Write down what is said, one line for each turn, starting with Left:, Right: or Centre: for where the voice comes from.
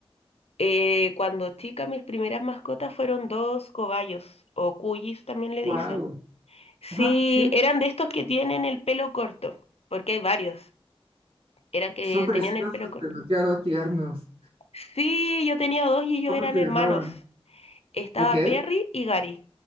Left: eh, cuando chica mis primeras mascotas fueron dos cobayos o cuyis también le dicen.
Right: ¡Wow!
Left: Sí,
Right: Ajá, sí.
Left: eran de estos que tienen el pelo corto, porque hay varios. Eran que
Right: Son preciosos,
Left: tenían el pelo corto.
Right: demasiado tiernos.
Left: Sí, yo tenía dos y ellos
Right: ¿Cómo
Left: eran
Right: se
Left: hermanos.
Right: llamaban?
Left: Estaba
Right: Ok. El
Left: Perry y Gary.